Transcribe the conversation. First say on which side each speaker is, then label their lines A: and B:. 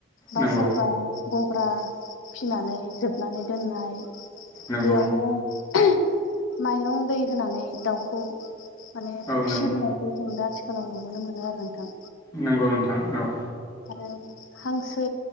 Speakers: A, on the left; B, on the left.
A: बा
B: नंगौ
A: सोरबा गग्रा फिनानै जोबनानै दोननाय
B: नंगौ
A: बेयावनो <unintelligible> माइरं दै होनानै दाउखौ माने
B: औ नंगौ
A: फिबोनायखौ जों दा आथिखालाव नुबोनो मोनो आरो नोंथां।
B: नंगौ नोंथां औ
A: आरो हांसो